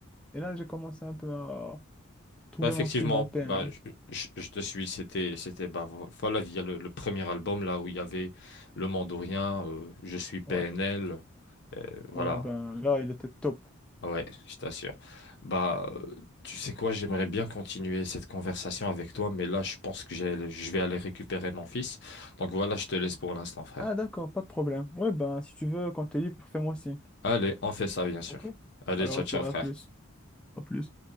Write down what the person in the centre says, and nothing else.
Et là, j'ai commencé un peu à trouver
mon style dans PNL.
Ouais,
ouais, ben là, il était top.
Ah, d'accord, pas de problème. Ouais, ben, si tu veux, quand t'es libre, fais-moi signe.
OK?
Alors,
je
dirai
à plus. À plus.